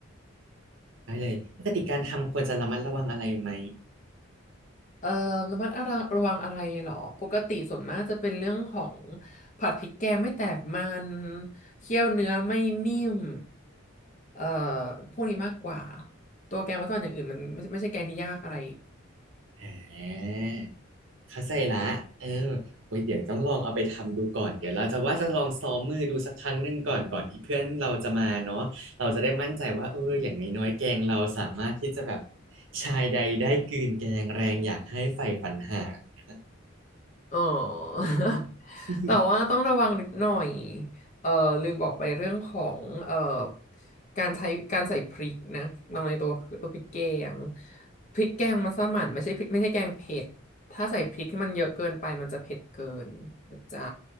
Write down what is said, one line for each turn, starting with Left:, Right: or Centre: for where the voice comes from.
Right: ได้เลยปกติการทำควรจะระมัดระวังอะไรไหม
Left: เอ่อระมัดระระวังอะไรเหรอปกติส่วนมากจะเป็นเรื่องของผัดพริกแกงไม่แตกมันเคี่ยวเนื้อไม่นิ่มเอ่อพวกนี้มากกว่า ตัวแกงมัสมั่นอย่างอื่นมันไม่ใช่ไม่ใช่แกงที่ยากอะไร
Right: อ่าเข้าใจละเออโอ้ยเดี๋ยวต้องลองเอาไปทำดูก่อนเดี๋ยวเราจะว่าจะลองซ้อมมือดูสักครั้งหนึ่งก่อนก่อนที่เพื่อนเราจะมาเนาะเราจะได้มั่นใจว่าเอออย่างน้อยๆแกงเราสามารถที่จะแบบชายใดได้กลืนแกงแรงอยากให้ใฝ่ฝันหา <laughs>
Left: อ๋อ <laughs>
Right: อืม
Left: แต่ว่าต้องระวังนิดหน่อย เอ่อลืมบอกไปเรื่องของเอ่อการใช้การใส่พริกนะลงในตัวตัวพริกแกงพริกแกงมัสมั่นไม่ใช่พริกไม่ใช่แกงเผ็ด ถ้าใส่พริกให้มันเยอะเกินไปมันจะเผ็ดเกินนะจ๊ะ